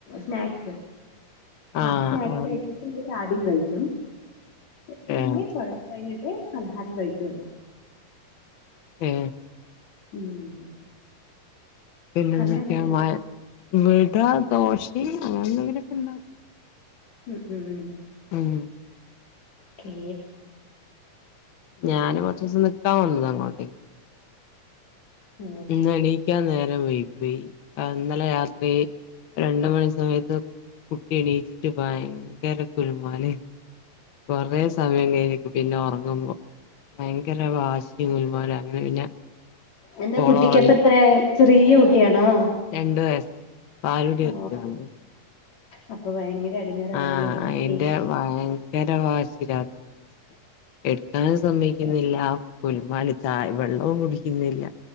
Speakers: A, on the left; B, on the left.
A: സ്നാക്സ് ആ
B: ആഹ്
A: സ്നാക്സ്
B: ആഹ്
A: ഐറ്റംസ് ആദ്യം കഴിക്കും പിന്നെ
B: ഏഹ്
A: കൊറേ കഴിഞ്ഞി ട്ടേ പലഹാരം കഴിക്കുള്ളു
B: ഏ
A: ഉം
B: പിന്നെ
A: അവിടെ
B: ന്തൊക്കെയാ
A: എങ്ങനെയാ
B: മയ വിടാ ദോശയിം അങ്ങന എന്തെങ്കിലൊക്ക ണ്ടാക്കും
A: ഉം ഉം
B: ഉം
A: കേ
B: ഞാൻ കൊറച്ചീ സം നിക്കാൻ വന്നതാ ഇങ്ങോട്ടേക്ക്
A: ഓ
B: ഇന്ന് എണീക്കാൻ നേരം വൈകി പോയി ആ ഇന്നലെ രാത്രി രണ്ട് മണി സമയത്ത് കുട്ടി എണീച്ചിട്ട് ഭയങ്കര കുലുമാല് കൊറേ സമയം കഴിഞ്ക് പിന്നെ ഒറങ്ങുമ്പോ ഭയങ്കര വാശി പ്പീ കുൽമാല് അങ്ങനെ പിന്ന
A: എന്താ
B: ഓള്
A: കുട്ടിക്കപ്പ
B: ഒറങ്ങി
A: എത്ര ചെറിയ കുട്ടിയാണോ?
B: രണ്ടു വയസ്സ് പാലൂടി
A: ഓ
B: നിർത്തിയതാണ്
A: അപ്പൊ ഭയങ്കര എടങ്ങേറാവുല്ലോ
B: ആഹ്
A: കുട്ടി
B: അയിന്റെ ഭയങ്കര വാശി രാത്രി എണീച്ചിട്ട് എടുക്കാനും സമ്മയികുന്നില്ല ഗുലുമാല് ചായ വെള്ളോം കുടിക്കുന്നില്ല